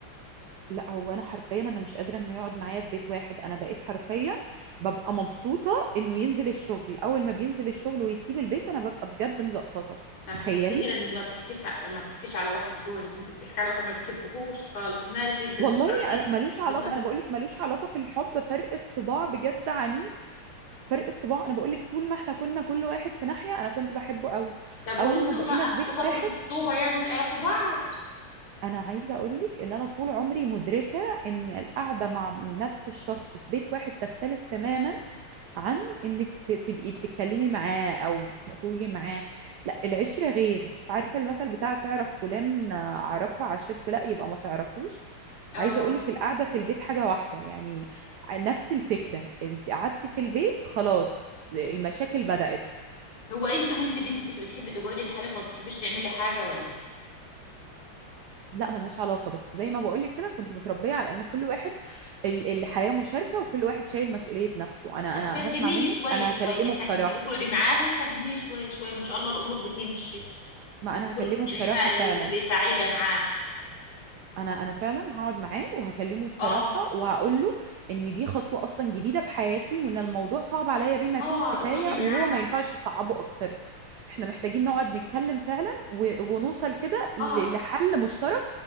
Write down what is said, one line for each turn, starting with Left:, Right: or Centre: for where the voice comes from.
Right: لا هو انا حرفيا انا مش قادره انه يقعد معايا في بيت واحد انا بقيت حرفيا ببقى مبسوطه انه ينزل الشغل اول ما بينزل الشغل ويسيب البيت انا ببقى بجد مزقططه
Left: انا
Right: تخيلي
Left: حسيت كده انك ما بتحكيش ع- ما بتحكيش على واحد جوزك انت بتحكي على واحد ما بتحبهوش خالص مالك انت
Right: والله
Left: أنت عارفين.
Right: انا ملوش علاقه
Left: بت-
Right: انا بقول لك ملوش علاقه في الحب فرق الطباع بجد عنيف فرق الطباع انا بقول لك طول ما احنا كنا كل واحد في ناحيه انا كنت بحبه قوي
Left: طب وانتوا
Right: اول ما بقينا
Left: ما اخدتوا
Right: في بيت
Left: فترة
Right: واحد
Left: خطوبة يعني تعرفوا بعض
Right: انا عايزه اقولك ان انا طول عمري مدركه ان القعده مع نفس الشخص في بيت واحد تختلف تماما عن انك ت- تبقي بتتكلمي معاه او بتخرجي معاه لا العشره غير عارفه المثل بتاع تعرف فلان آه، اعرفه عشرته لا يبقى ما تعرفوش
Left: اه
Right: عايزه اقولك القعده في البيت حاجه واحده يعني نفس الفكره انت قعدتي في البيت خلاص المشاكل بدأت
Left: هو انت وانت بنت كنت بتحبي تقعدي لحالك وما بتحبيش تعملي حاجة ولا إيه؟
Right: لا ملهاش علاقة بس زي ما بقولك كده كنت متربية على ان كل واحد ال- الحياة مشاركة وكل واحد شايل مسؤولية نفسه انا
Left: طب
Right: انا
Left: فهميه
Right: هسمع منك
Left: شوية
Right: انا
Left: شوية
Right: هكلمه بصراحة
Left: فهمي اقعدي معاه وفهميه شوية شوية وان شاء الله الامور بتمشي
Right: ما
Left: الامور
Right: انا هكلمه
Left: بتنحل
Right: بصراحة فعلا
Left: وبتبقي سعيدة معاه
Right: انا انا فعلا هقعد معاه وهكلمه بصراحة
Left: اه
Right: وهقول له ان دي خطوة اصلا جديدة في حياتي وان الموضوع صعب عليا بما
Left: اه
Right: فيه الكفاية
Left: اقعدي معاه
Right: وهو ما ينفعش يصعبه اكتر احنا محتاجين نقعد نتكلم فعلا و- ونوصل كده ل-
Left: اه
Right: لحل مشترك